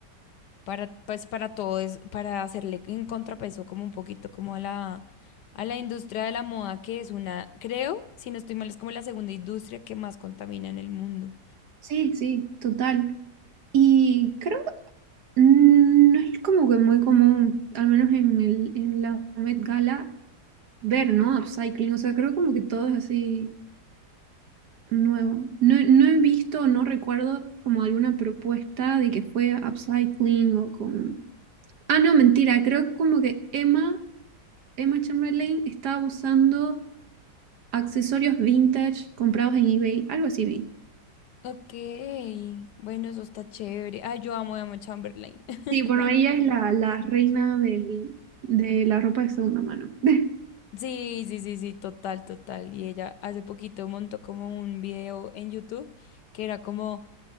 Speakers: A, on the left (about 70°); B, on the right (about 65°).
A: para, pues para todo es, para hacerle en contrapeso como un poquito como a la, a la industria de la moda que es una, creo, si no estoy mal, es como la segunda industria que más contamina en el mundo.
B: Sí, sí, total. Y creo que mm, no es como que muy común, al menos en el, en la Met Gala, ver, ¿no? Upcycling, o sea, creo como que todo es así nuevo. No, no he visto, no recuerdo como alguna propuesta de que fue upcycling o con... Ah, no, mentira, creo como que Emma Emma Chamberlain estaba usando accesorios vintage comprados en eBay, algo así vi.
A: Ok, bueno, eso está chévere. Ah, yo amo a Emma Chamberlain. <laughs>
B: Sí, bueno, ella es la, la reina del- de la ropa de segunda mano. <laughs>
A: Sí, sí, sí, sí, total, total. Y ella hace poquito montó como un video en YouTube que era como